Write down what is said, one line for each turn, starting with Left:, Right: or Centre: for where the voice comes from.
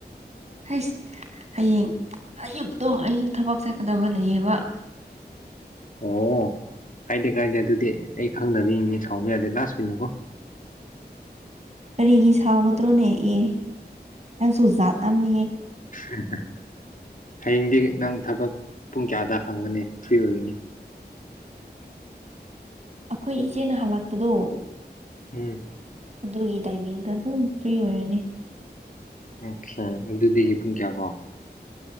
Right: ꯍꯁ ꯍꯌꯦꯡ ꯑꯌꯨꯛꯇꯣ ꯑꯌꯨꯛ ꯊꯕꯛ ꯆꯠꯀꯗꯕ ꯂꯩꯌꯦꯕ
Left: ꯑꯣ ꯀꯥꯏꯗꯦ ꯀꯥꯏꯗꯦ ꯑꯗꯨꯗꯤ ꯑꯩ ꯈꯪꯗꯕꯤꯅꯤꯅꯦ ꯁꯥꯎꯕ ꯌꯥꯗꯦ ꯂꯥꯁ ꯑꯣꯏꯅꯀꯣ
Right: ꯀꯔꯤꯒꯤ ꯁꯥꯎꯒꯗ꯭ꯔꯣꯅꯦ ꯑꯦ ꯅꯪꯁꯨ ꯖꯥꯠ ꯑꯅꯤꯉꯦ
Left: ꯎꯝꯝ ꯍꯌꯦꯡꯗꯤ ꯅꯪ ꯊꯕꯛ ꯄꯨꯡ ꯀꯌꯥꯗ ꯍꯪꯒꯅꯤ ꯐ꯭ꯔꯤ ꯑꯣꯏꯒꯅꯤ <unintelligible>
Right: ꯑꯩꯈꯣꯏ ꯏꯆꯦꯅ ꯍꯜꯂꯛꯄꯗꯣ
Left: ꯎꯝ
Right: ꯑꯗꯨꯒꯤ ꯇꯥꯏꯃꯤꯡꯗ ꯑꯗꯨꯝ ꯐ꯭ꯔꯤ ꯑꯣꯏꯔꯅꯤ
Left: ꯑꯣꯀꯦ ꯑꯗꯨꯗꯒꯤ ꯄꯨꯡ ꯀꯌꯥ ꯐꯥꯎ